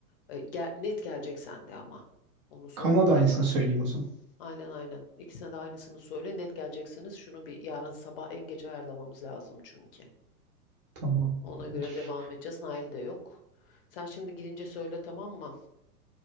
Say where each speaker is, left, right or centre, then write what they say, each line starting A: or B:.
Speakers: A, on the left; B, on the right.
A: E, gel- net geleceksen de ama. Onu sor
B: Kanada
A: mutlaka.
B: aynısını söyleyeyim o zaman.
A: Aynen aynen. İkisine de aynısını söyle. Net gelecekseniz şunu bir yarın sabah en geç ayarlamamız lazım çünkü.
B: Tamamdır.
A: Ona göre devam edeceğiz. Nail de yok. Sen şimdi girince söyle tamam mı?